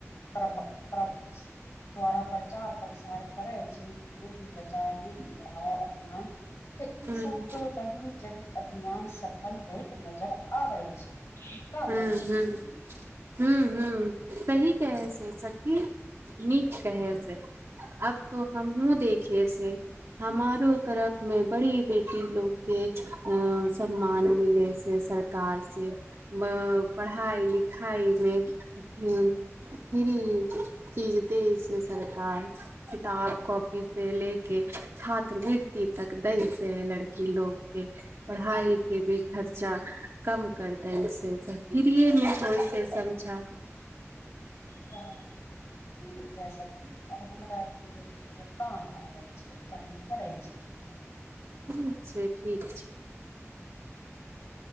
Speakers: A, on the left (about 70°); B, on the right (about 60°).
A: प्राभ प्रभ द्वारा प्रचार। प्रसार करै छै कि बेटी बचाओ बेटी पढ़ाओ अभियान तऽ ई
B: हूँ
A: सभ तऽ पहि जरी अभियान सफल होइत नजरि आबै छै। का
B: हु
A: कहै छै
B: हु
A: सखी
B: हु हु सही कहै छै सखी नीक कहे से आब तो हमहु देखेये छै हमारो तरफ मे बड़ी बेटी लोग के अ सम्मान मिले से कार से ब पढ़ाई लिखाई मे फ्री चीज देय छै सरकार किताब कॉपी से लेके छात्रवृति तक दै छै लड़की लोग के पढ़ाई के भी खर्चा कम कर फ्रिये मे होय छै समझा
A: ओ ठीक हे सखि आब हमरा के भेल एगो काम आबै छै तऽ हम करै छियै तोरा
B: ठीक छै ठीक छै
A: ठीक छै